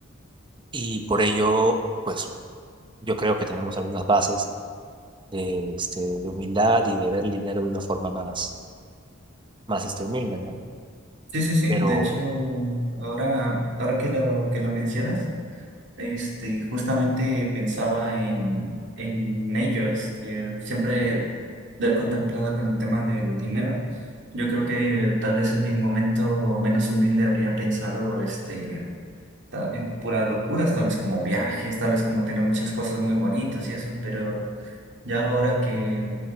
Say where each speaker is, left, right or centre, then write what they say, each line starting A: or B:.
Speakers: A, on the right; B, on the right.
A: Y por ello, pues yo creo que tenemos algunas bases de, este, de humildad y de ver el dinero de una forma más, más este, humilde, ¿no?
B: Sí, sí, sí.
A: Pero
B: De hecho, ahora, ahora que lo, que lo mencionas, este, justamente pensaba en, en ello. Este, siempre lo he contemplado con el tema del dinero. Yo creo que eh, tal vez en mi momento menos humilde habría pensado este, ta- en puras locuras, tal vez como viajes, tal vez como tener muchas cosas muy bonitas y eso, pero ya ahora que